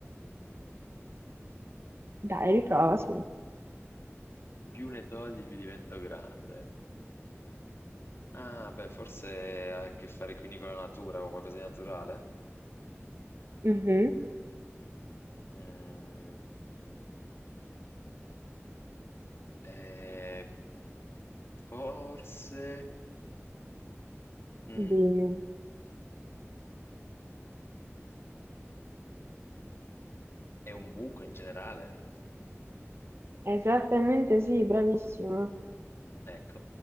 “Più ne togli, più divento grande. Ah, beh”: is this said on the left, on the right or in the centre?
Left